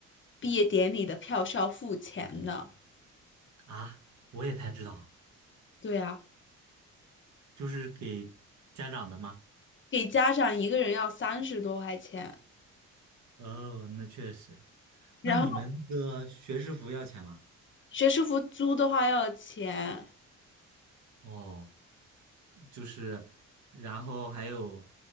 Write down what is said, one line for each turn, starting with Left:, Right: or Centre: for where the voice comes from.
Left: 毕业典礼的票是要付钱的。
Right: 啊。我也才知道，
Left: 对呀。
Right: 就是给家长的嘛。
Left: 给家长一个人要三十多块钱，
Right: 哦，那确实。
Left: 然后
Right: 那你们那个学士服要钱吗？
Left: 学士服租的话要钱。
Right: 哦，就是，然后还有，